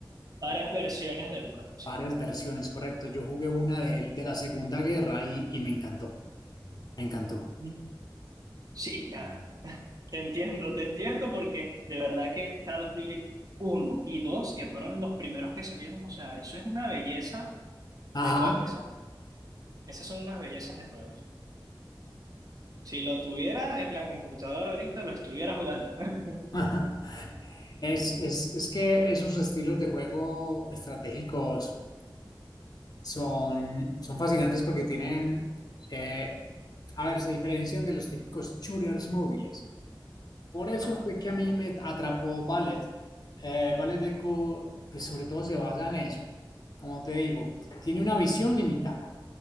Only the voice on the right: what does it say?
Varias versiones del juego. Sí,
Mm, sí, ah, te entiendo, te entiendo, porque de verdad que Call of Duty uno y 2 que fueron los primeros que salieron, o sea, eso es una belleza
de juego, esas, esas son unas bellezas de juego. Si lo tuviera en la computadora ahorita, lo estuviera jugando. <laughs>
Ajá,